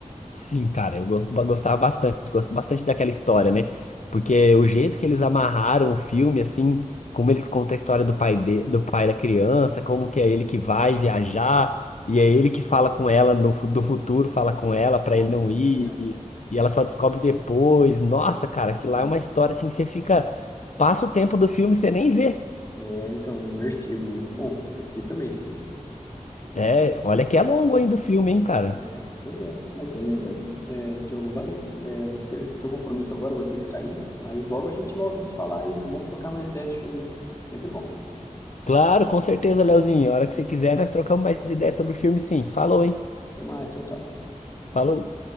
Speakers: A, on the left; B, on the left.
A: Sim, cara, eu gosto, gostava bastante, gosto bastante daquela história, né? Porque o jeito que eles amarraram o filme, assim, como eles contam a história do pai, de, do pai da criança, como que é ele que vai viajar, e é ele que fala com ela no, fu- do futuro, fala com ela pra
B: Nossa,
A: ele não ir,
B: genial.
A: e, e ela só descobre depois. Nossa, cara,
B: Sim.
A: que lá é uma história assim que você fica, passa o tempo do filme e você nem vê.
B: É, então, é imersivo, muito bom. Gostei também.
A: É, olha
B: Mas
A: que
B: legal.
A: é longo ainda o filme, hein, cara?
B: É, pois é. Mas beleza. É, Diogo, valeu. É, vou ter o seu compromisso agora, vou ter que sair, mas logo a gente volta a se falar aí. Vamos trocar mais ideias de filmes. Sempre bom.
A: Claro, com certeza, Leozinho. A hora que você quiser, nós trocamos mais ideias sobre o filme, sim. Falou, hein?
B: Até mais, tchau, tchau.
A: Falou.